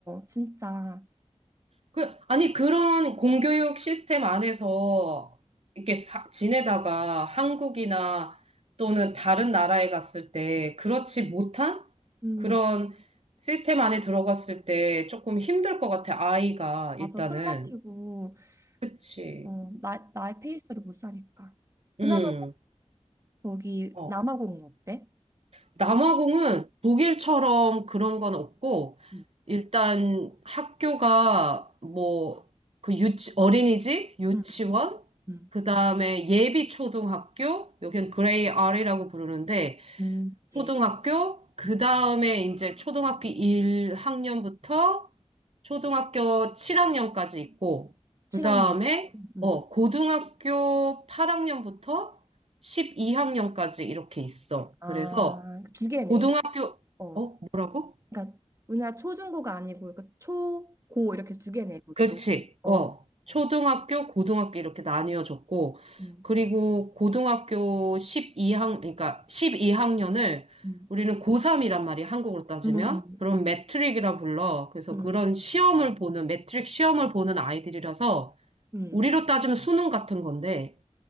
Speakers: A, on the right (about 25°); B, on the right (about 60°).
A: 진짜.
B: 그, 아니, 그런 공교육 시스템 안에서 이렇게 사- 지내다가 한국이나 또는 다른 나라에 갔을 때 그렇지 못한
A: 음,
B: 그런 시스템 안에 들어갔을 때 조금 힘들 것 같아, 아이가
A: 맞아.
B: 일단은.
A: 숨 막히고,
B: 그치.
A: 어, 나, 나의 페이스로 못 사니까. 그나저나,
B: 응.
A: 거기
B: 어.
A: 남아공은 어때?
B: 남아공은 독일처럼 그런 건 없고,
A: 음,
B: 일단 학교가 뭐, 그 유치, 어린이집, 유치원,
A: 음, 음,
B: 그 다음에 예비 초등학교, 여긴 그레이 R이라고 부르는데,
A: 음, 예,
B: 초등학교, 그
A: 음,
B: 다음에 이제 초등학교 1학년부터 초등학교 7학년까지 있고,
A: 7학년.
B: 그 다음에,
A: 음,
B: 어, 고등학교 8학년부터 12학년까지 이렇게 있어.
A: 아,
B: 그래서,
A: 두 개네.
B: 고등학교,
A: 어,
B: 어, 뭐라고?
A: 그러니까, 우리나라 초중고가 아니고, 그러니까 초, 고 이렇게 두 개네, 거기도.
B: 그치,
A: 어,
B: 어. 초등학교, 고등학교 이렇게 나뉘어졌고,
A: 음,
B: 그리고 고등학교 12학, 그러니까 12학년을
A: 음,
B: 우리는 고3이란 말이 야 한국으로 따지면,
A: 음, 음,
B: 그런
A: 음.
B: 매트릭이라 불러. 그래서
A: 음.
B: 그런 시험을 보는, 매트릭 시험을 보는 아이들이라서,
A: 음,
B: 우리로 따지면 수능 같은 건데,